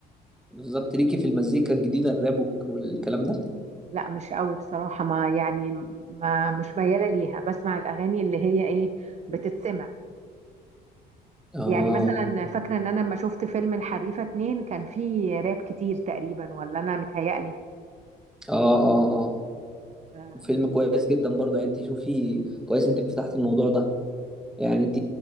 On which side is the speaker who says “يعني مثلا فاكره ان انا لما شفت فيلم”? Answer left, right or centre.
Right